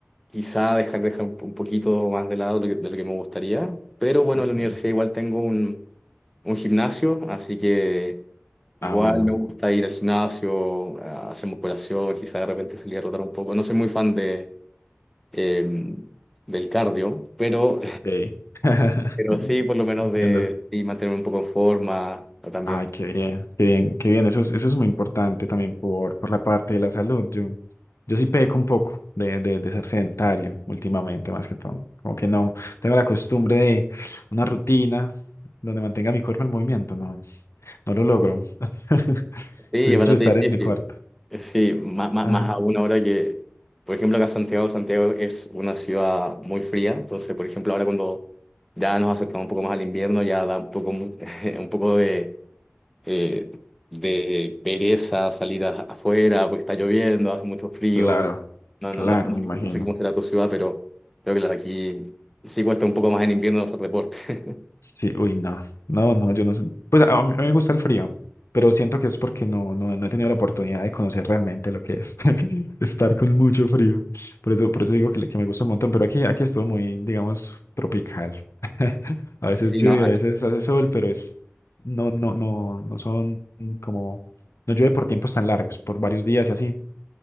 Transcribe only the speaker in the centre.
quizá dejar, dejar un un poquito más de lado de lo que, de lo que me gustaría, pero bueno,
en la universidad igual tengo un, un gimnasio, así que igual
me gusta ir al gimnasio, a hacer musculación, quizá de repente salir a rotar un poco. No soy muy fan de... em, del cardio, pero
pero sí, por lo menos de
sí, mantenerme un poco en forma o también.
Sí,
es
bastante
difícil.
Eh, Sí, más, más,
más aún ahora que, por ejemplo, acá Santiago, Santiago es una ciudad muy fría. Entonces, por ejemplo, ahora cuando ya nos acercamos un poco más al invierno, ya da un poco, mu- <laughs> un poco de, eh, de pereza salir a- afuera porque está lloviendo, hace mucho frío.
No,
no, no, sé- no
sé cómo será tu ciudad, pero creo que la de aquí sí cuesta un poco más en invierno hacer deporte. <laughs>
Sí,
no,